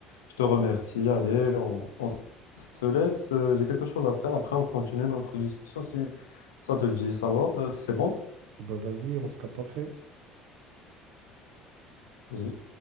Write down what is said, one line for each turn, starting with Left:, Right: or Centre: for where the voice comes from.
Left: je te remercie. Allez, on, on se laisse. Euh, j'ai quelque chose à faire. Après, on continue notre discussion si ça te dit. Ça va? Euh, c'est bon?
Right: Bah vas-y, on se capte après.
Left: Vas-y.